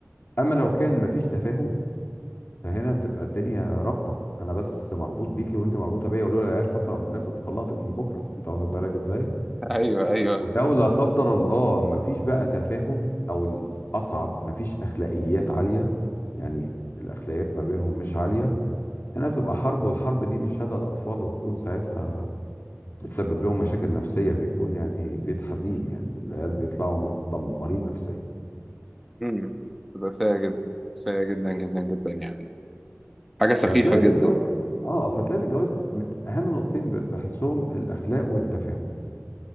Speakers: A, on the left; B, in the centre.
A: اما لو كان مفيش تفاهم فهنا بتبقى الدنيا رابطه انا بس مربوط بيكي وانت مربوطه بيا ولولا العيال قسما بالله كنت طلقتك من بكره انت واخد بالك ازاي
B: <laughs> ايوه ايوه
A: ولو لا قدر الله مفيش بقى تفاهم او الاصعب مفيش اخلاقيات عاليه يعني الاخلاقيات ما بينهم مش عاليه هنا بتبقى حرب والحرب دي بيشهدها الاطفال وبتكون ساعتها بتسبب لهم مشاكل نفسيه بيكون يعني بيت حزين يعني العيال بيطلعوا متدمرين نفسيا
B: امم تبقى سيئة جدا سيئة جدا جدا جدا يعني حاجة سخيفة
A: فتلاقي
B: جدا
A: في الجواز اه فتلاقي في الجواز من اهم النقطتين ب- بحسهم الاخلاق والتفاهم